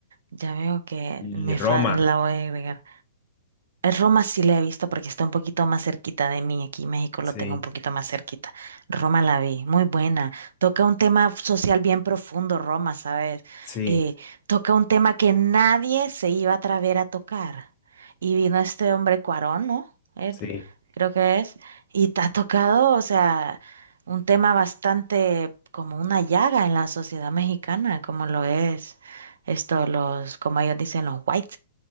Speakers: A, on the right (about 70°); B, on the left (about 20°).
A: ya veo que
B: Y
A: me
B: Roma.
A: fal- la voy a agregar. Roma sí la he visto porque está un poquito más cerquita de mí. Aquí en México lo
B: Sí,
A: tengo un poquito más cerquita. Roma la vi, muy buena. Toca un tema social bien profundo, Roma, ¿sabes?
B: sí,
A: Eh, toca un tema que nadie se iba a atrever a tocar. Y vino este hombre Cuarón, ¿no? Él,
B: sí,
A: creo que es. Y te ha tocado, o sea, un tema bastante como una llaga en la sociedad mexicana, como lo es esto, los, como ellos dicen, los white